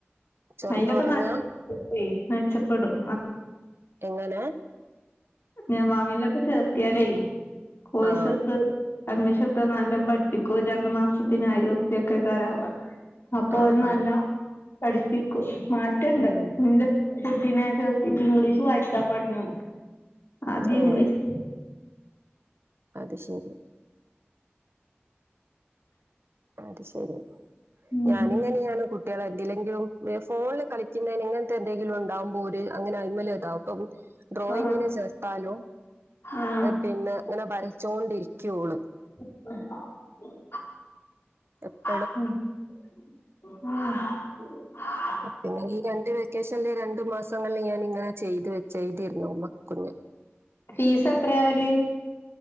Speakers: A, on the right (about 70°); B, on the left (about 70°).
A: ചെറുതുറങ്ങാ
B: അയ്ലൊക്കെ നല്ല <unintelligible> മെച്ചപ്പെടും
A: എങ്ങനേ?
B: നവാവിൻലൊക്കെ ചേർത്തിയാലേ കോഴ്സ്ട്ത്
A: ആ
B: അഡ്മിഷൻഎടുത്ത നല്ലം പഠിപ്പിക്കുവ രണ്ട്മാസത്തിനായിരം ഉർപ്യാ ഒക്കെയ്ക്കാരം ആവാ അപ്പൊ
A: ആ
B: ഓര് നല്ലം
A: ആ
B: പഠിപ്പിക്കും മാറ്റണ്ട്
A: ഉം
B: ന്റെ കുട്ടിനെ ചേർത്തിറ്റ് ഇംഗ്ലീഷ് വായിക്കാൻ പറഞ്ഞു ആദ്യം
A: ഏ
B: ഇംഗ്ലഷ് <inaudible>
A: അത് ശരി അത് ശെരി
B: ഉം
A: ഞാനിങ്ങനെയാണ് കു ട്ട്യാളെ എന്തിലെങ്കിലും ഫോണില് കളിക്കുന്നതിന് ഇങ്ങനത്തെ എന്തെങ്കിലും ഉണ്ടാവുമ്പോ ഓര് അങ്ങനെ അതിന്മേ താവും ഡ്രോയിങ്ങിന്
B: ആഹ്
A: ചേർത്താലും
B: ആഹ്
A: പിന്നെ ങ്ങനെ വരച്ചോണ്ടിരിക്കും ഓള്
B: ഉ
A: ഉ
B: ഉം
A: പിന്നെ ഈ രണ്ട് വെക്കേഷനിലെ രണ്ടു മാസങ്ങളില് ഞാൻ ഇങ്ങനെ ചെയ്തു വെച്ചഴ്തിരുന്നു മക്ക കുഞ്ഞ്
B: ഫീസത്രേ ആവല്?